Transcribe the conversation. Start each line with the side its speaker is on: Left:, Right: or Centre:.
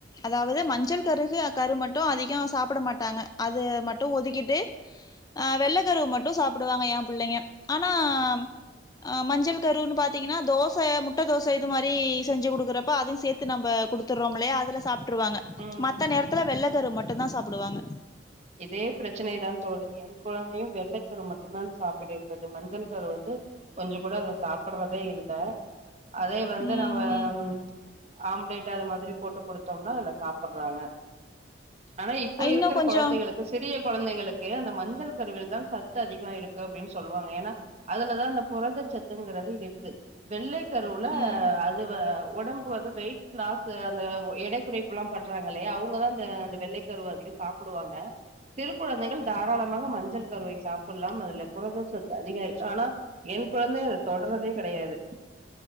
Left: அதாவ்து மஞ்சள் கருகு கரு மட்டூ அதிகோ சாப்பிட மாட்டாங்க அது மட்டூ ஒதுக்கிட்டு ஆ வெள்ளக்கருவு மட்டூ சாப்பிடுவாங்க ஏம்ப் பிள்ளைங்க ஆனா ஆம் அ மஞ்சள் கருனு பாத்தீங்கன்னா தோ ச முட்ட தோச இது மாரி செஞ்சு குடுக்குறப்போ அதையூ சேத்து நம்ப குடுத்துறோமில்லையா அதுவ சாப் ட்ருவாங்க
Right: ம்
Left: மத்த நேரத்துல வெள்ள கரு மட் டுந்தா சாப்டுவாங்க
Right: இதே பரச்சனைதா தோழி எங்கொழந்தையூ வெள்ளை கரு மட்டுந்தான் சாப்பிடுகிறது மஞ்சள் கரு வந்து கொஞ்ச கூட அவ சாப்பிட்றதே இல்ல அதே வந்து
Left: ம்
Right: நம்மம்
Left: ம்
Right: ஆம்லேட் அது மாத்ரி போட்டு குடுத்தோம்னா அதுல சாப்பிடுறாங்க ஆனா இப்போ
Left: இன்னு
Right: இருக்
Left: கொஞ்சோ
Right: குழந்தைகளுக்குச் சிறிய குழந்தைகளுக்கு அந்த மஞ்சள் கருவில் தான் சத்து அதிகம் இருக்கு அப்டின்னு சொல்வாங்க ஏன்னா அதுலதா அந்த புரத சத்துங்கறது இருக்கு வெள்ளை கருவுல
Left: ம்
Right: அது வே வ் உடம்பு வந்து வெயிட் லாஸ் அந்த எடை குறைப்புலாம் பண்றாங்கல்லையா அவங்கதா அந்த வெள்ளை கருவ அதிக சாப்ப டுவாங்க சிறு குழந்தைகள் தாராளமாக மஞ்சள் கருவை சாப்பிடலாம் அதுல புரத சொத்து அதிகம் இருக்கு ஆனா என் குழந்தை அதை தொடர்றதே கிடையாது